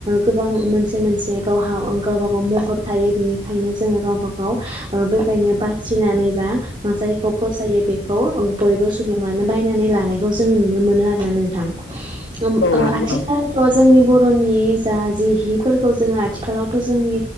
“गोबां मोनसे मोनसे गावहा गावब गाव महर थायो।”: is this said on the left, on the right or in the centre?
Right